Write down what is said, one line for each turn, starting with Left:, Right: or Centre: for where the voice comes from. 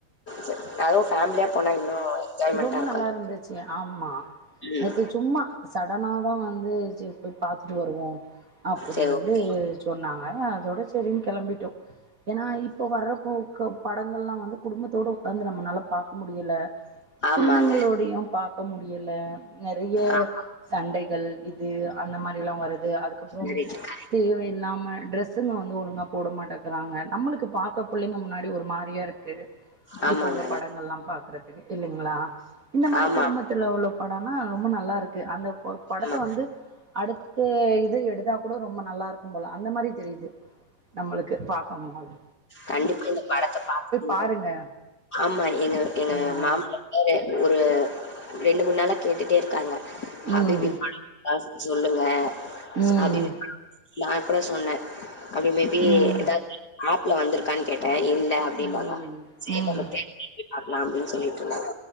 Left: சரி அதுவும் ஃபேமிலியாக போனால் இன்னும் என்ஜாய்மெண்ட்டாக
Right: ரொம்ப
Left: இருக்கும்
Right: நல்லா இருந்துச்சி ஆமா
Left: ம்
Right: நேற்று சும்மா சடனா தா வந்து சரி போய் பாத்துட்டு வருவோம் அப் அப்பிடின்ட்டு
Left: சரி ஓகே
Right: சொன்னாங்க அதோட சரின்னு கிளம்பிட்டோம் ஏன்னா இப்ப வர்றப்போ படங்கள் எல்லா வந்து குடும்பத்தோட வந்து நம்மளால பாக் முடியல
Left: ஆமாங்க
Right: பிள்ளைங்களோடையும் பாக்க முடியல நெறைய
Left: ஆ
Right: சண்டைகள் இது அந்த மாதிரிலாம் வரு து அதுக்கப்புறம்
Left: கரெக்ட்
Right: தேவை இல்லாம ட்ரெஸ்ஸுங்க வந்து ஒழுங்கா போட மாட்டேங்கிறாங்க நம்மளுக்கு பாக்க புள்ளைங்க முன்னாடி ஒரு மாரியா இருக்கு
Left: ஆமாங்க,
Right: இப்ப உள்ள படங்கள்
Left: ஆமா.
Right: எல்லா பாக்குறதுக்கு இல்லைங்களா இந்த மாரி
Left: ஆமா,
Right: குடும்பத்துல உள்ள படம்னா ரொம்ப நல்லா இருக் அந்த படத்த
Left: ஆமா.
Right: வந்து அடுத்த இது எடு கூட ரொம்ப நல்லா இருக்கும் போல அந்த மாரி தெரியுது நம்மளுக்கு பாக்கம் போது
Left: கண்டிப்ப இந்த படத்த பாக்கணு
Right: பாருங்க
Left: ஆமா எங்க எங்க
Right: ஏன்னா
Left: மாமா ஒரு ஒரு ரெண்டு மூணு நாளா கேட்டுட்டே இருக்காங்க <unintelligible>
Right: ம்
Left: சொல்லுங்க <unintelligible>
Right: ம்
Left: அப்றோ சொன்னேன் அது மேபி
Right: ம்
Left: ஏதாது ஆப் இல்ல வந்துருக்கானு கேட் டன் இல்ல அப்டினாவ
Right: ம்
Left: சேரி
Right: ம்
Left: நம்ம தியேட்டர்ல போய் பாக்கலாம் அப்டினு சொல்லிட்டு இருந்தாங்க